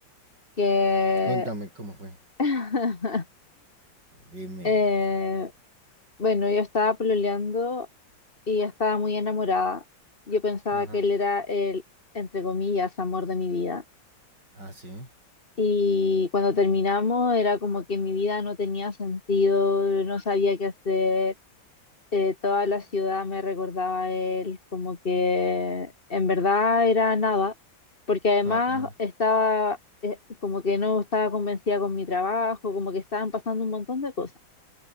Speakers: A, on the left; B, on the right.
A: que
B: Cuéntame cómo fue.
A: <laughs>
B: Dime.
A: eh, bueno, yo estaba pololeando y estaba muy enamorada. Yo pensaba
B: Ajá.
A: que él era el, entre comillas, amor de mi vida.
B: Ah, sí.
A: Y cuando terminamos era como que mi vida no tenía sentido, no sabía qué hacer, eh, toda la ciudad me recordaba a él, como que en verdad era nada, porque además
B: Ajá.
A: estaba eh, como que no estaba convencida con mi trabajo, como que estaban pasando un montón de cosas.